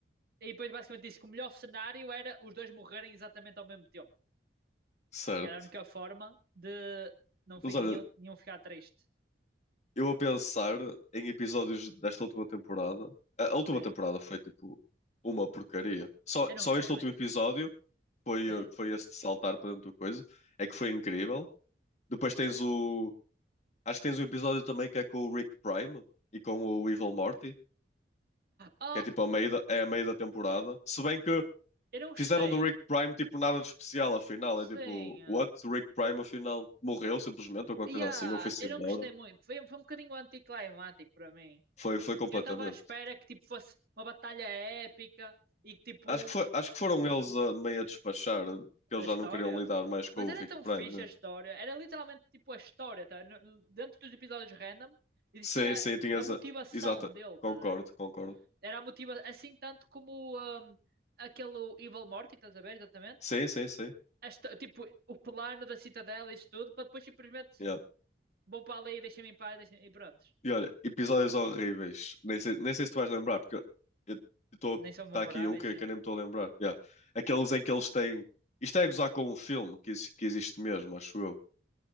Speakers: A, on the right (about 60°); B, on the left (about 40°).
A: E depois basicamente disse que o melhor cenário era os dois morrerem exatamente ao mesmo tempo.
B: Certo.
A: Que era a única forma de não fi-
B: Mas olha,
A: nenhum, nenhum ficar triste.
B: eu a pensar em episódios desta última temporada. A a última
A: Sim.
B: temporada foi tipo uma porcaria. Só,
A: Eu não
B: só
A: gostei
B: este
A: muito.
B: último episódio foi,
A: Sim.
B: eh, que foi esse de saltar para dentro do coisa. É que foi incrível. Depois tens o. Acho que tens um episódio também que é com o Rick Prime e com o Evil Morty,
A: Oh,
B: que é tipo a meio da, é a meio da temporada. Se bem que
A: eu não gostei.
B: fizeram do Rick Prime tipo nada de especial, afinal.
A: Sim.
B: É tipo, what? O Rick Prime afinal morreu simplesmente ou qualquer
A: Yeah,
B: coisa assim, ou foi-se
A: eu
B: embora.
A: não gostei muito. Foi, foi um bocadinho anticlimático para mim.
B: Foi, foi completamente.
A: Eu estava à espera que tipo fosse uma batalha épica e que tipo
B: Acho que, foi, acho que foram eles a meio a despachar, porque eles
A: a história.
B: já não queriam lidar mais com
A: Mas
B: o
A: era
B: Rick
A: tão
B: Prime.
A: fixe
B: yeah.
A: a história. Era literalmente tipo a história, tá? No- Dentro dos episódios random existia
B: Sim, sim, tinhas.
A: a motivação
B: a- Exata.
A: dele,
B: Concordo,
A: tá a ver?
B: concordo.
A: Era a motivação, assim tanto como hum, aquele Evil Morty, estás a ver, exatamente?
B: Sim, sim, sim.
A: A histó- tipo, o plano da cidadela e isso tudo, para depois simplesmente
B: yeah.
A: vou para ali e deixa-me em paz deixa-me- e pronto.
B: E olha, episódios horríveis. Nem sei, nem sei se tu vais lembrar, porque eu estou.
A: Nem são memoráveis,
B: Está aqui um que,
A: assim,
B: que eu nem me estou a lembrar. yeah. Aqueles em que eles têm. Isto é gozar com um filme que, exi- que existe mesmo, acho eu.